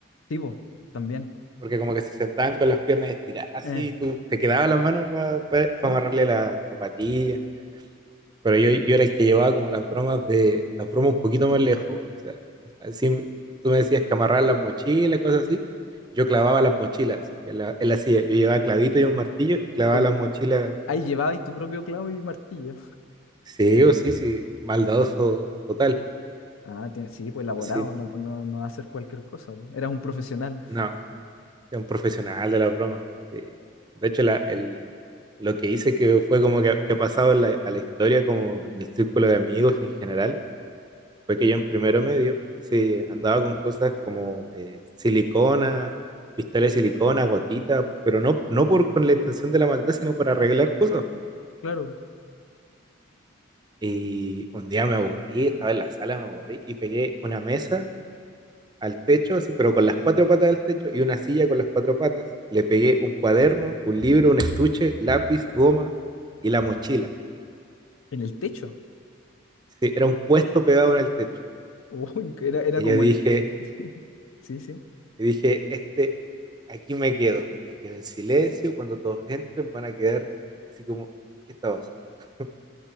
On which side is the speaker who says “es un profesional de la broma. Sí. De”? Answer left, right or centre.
Right